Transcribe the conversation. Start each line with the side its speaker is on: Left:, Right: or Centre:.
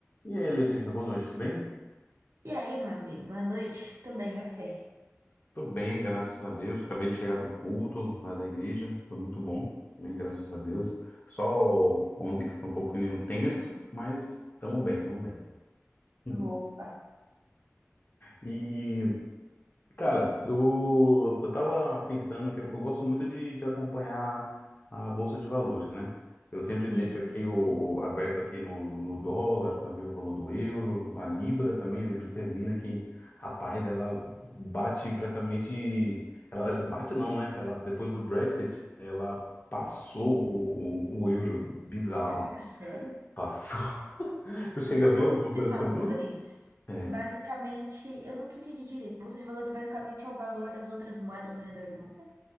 Left: E aí, Letícia, boa noite, tudo bem?
Right: E aí, meu amigo, boa noite. Tô bem, eu sei.
Left: Tô bem, graças a Deus. Acabei de chegar do culto lá da igreja, foi muito bom, bem, graças a Deus. Só ontem que foi um pouquinho tenso, mas estamos bem, estamos bem. <laughs>
Right: Roupa.
Left: E Cara, eu, eu tava pensando que eu, eu gosto muito de, de acompanhar a Bolsa de Valores, né? Eu sempre
Right: Sim.
Left: deixo aqui o, o- aberto aqui no, no dólar para ver o valor do euro, a Libra também, a Libra esterlina, que, rapaz, ela bate praticamente. Ela bate não, né? Ela, depois do Brexit, ela passou o, o, o euro. Bizarro.
Right: Caraca, sério?
Left: Passou. <laughs> Tu chega a ver
Right: Bolsa
Left: alguma
Right: de
Left: coisa
Right: valores,
Left: sobre isso? É.
Right: basicamente, eu nunca entendi direito. Bolsa de valores basicamente é o valor das outras moedas ao redor do mundo?